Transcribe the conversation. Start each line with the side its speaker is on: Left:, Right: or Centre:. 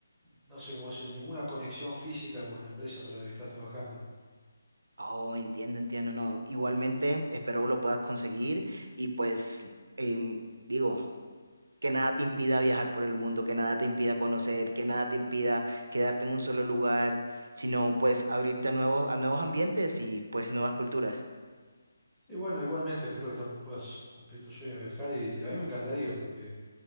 Centre: no sé cómo decir, ninguna conexión física con la empresa para la que estás trabajando.
Right: Oh, entiendo, entiendo, no. Igualmente, espero lo puedas conseguir y pues em, digo, que nada te impida viajar por el mundo, que nada te impida conocer, que nada te impida quedarte en un solo lugar, sino pues abrirte a nuevos, a nuevos ambientes y pues nuevas culturas.
Centre: Y bueno, igualmente espero que también puedas cumplir tu sueño de viajar y, y a mí me encantaría porque...